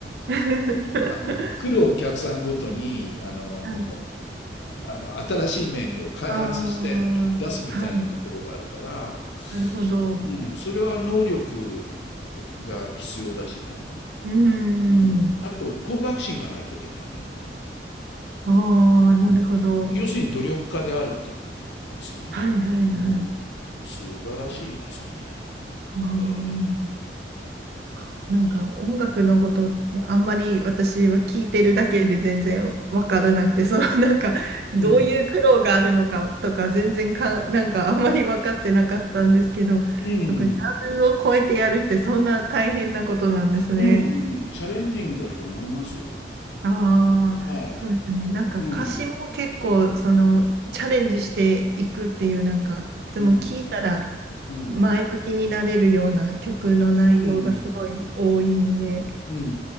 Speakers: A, on the right; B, on the left.
A: <laughs>
B: あの、来るお客さんごとに、あの、
A: はい。
B: ほら、あの、新しいメニューを開発して出すみたいなところがあるから、
A: ああ、はい。なるほど。
B: うん、それは能力が必要だしね。
A: うーん。
B: うん、あと、向学心がないとできない。
A: ああ、なるほど。
B: うん、要するに努力家であるっていうことですよね。
A: はいはいはい。
B: うん、素晴らしいですね。
A: ああ。
B: へえ。
A: かなんか音楽のことってあんまり私は聞いてるだけで全然わからなくて、そのなんかどういう苦労があるのかとか全然か、
B: うん。
A: なんかあんまり分かってなかったんですけど、
B: うん。
A: そこジャンルを超えてやるってそんな大変なことなんですね。
B: うん、うんチャレンジングだと思いますよ。
A: ああ、
B: はい。
A: そうですね。なんか歌詞も結構そのチャレンジしていくっていうなんかいつも聞いたら
B: うん。うん。うん。
A: 前向きになれるような曲の内容がすごい多いんで。
B: うん。うん。うん。う